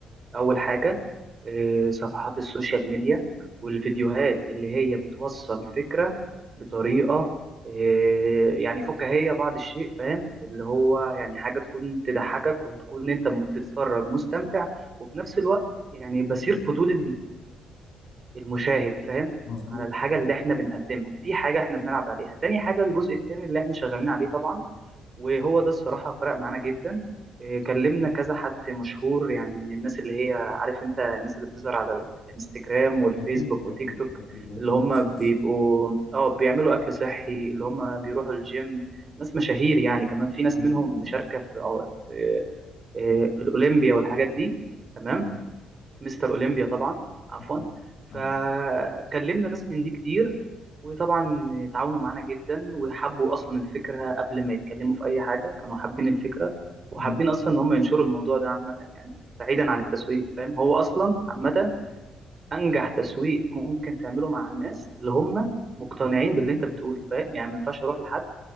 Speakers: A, on the right (about 35°); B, on the left (about 75°).
A: اول حاجة آه صفحات السوشيال ميديا والفيديوهات اللي هي بتوصل فكرة بطريقة آه يعني فكاهية بعض الشيء فاهم اللي هو يعني حاجة تكون تضحكك وتكون انت بتتفرج مستمتع وفي نفس الوقت يعني بصير فضول المشاهد فاهم
B: مظبوط
A: على الحاجة
B: مظبوط
A: اللي احنا بنقدمها دي حاجة احنا بنلعب عليها تاني حاجة الجزء التاني اللي احنا شغالين عليه طبعا وهو ده الصراحة فرق معانا جدا إيه، كلمنا كذا حد مشهور يعني من الناس اللي هي عارف انت الناس اللي بتظهر على الانستجرام والفيسبوك
B: أكيد أكيد
A: وتيك توك
B: أكيد انفلونسرز
A: اللي هم بيبقوا اه بيعملوا اكل صحي اللي هم بيروحوا الجيم ناس مشاهير يعني كمان في ناس
B: أيوه
A: منهم
B: أيوه
A: مشاركة في آه، في, آه، في الاولمبيا والحاجات دي تمام
B: مظبوط
A: مستر اولمبيا طبعا عفوا
B: أكيد
A: فكلمنا
B: أيوه
A: ناس من دي كتير وطبعا تعاونوا معانا جدا وحبوا اصلا الفكره قبل ما يتكلموا في اي حاجه كانوا حابين الفكره وحابين
B: مم.
A: اصلا ان هم ينشروا الموضوع ده عامه يعني بعيدا عن التسويق فاهم هو اصلا عامه انجح تسويق ممكن تعمله مع الناس اللي هم مقتنعين باللي انت بتقوله فاهم يعني ما ينفعش اروح لحد